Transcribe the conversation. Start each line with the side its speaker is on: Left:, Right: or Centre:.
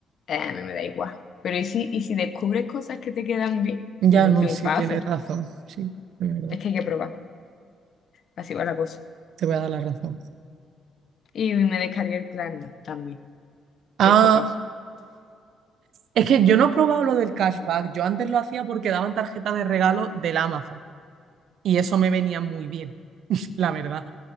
Left: Eh, a mí me da igual. Pero ¿y si, y si descubres cosas que te quedan bien?
Right: Ya
Left: Es un
Right: no,
Left: triunfazo.
Right: sí, tienes razón. Sí, es verdad.
Left: Es que hay que probar. Así va la cosa.
Right: Te voy a dar la razón.
Left: Y me descargué el Klarna también.
Right: Ah,
Left: Te he hecho caso.
Right: es que yo no he probado lo del cashback. Yo antes lo hacía porque daban tarjetas de regalo del Amazon y eso me venía muy bien, <laughs> la verdad.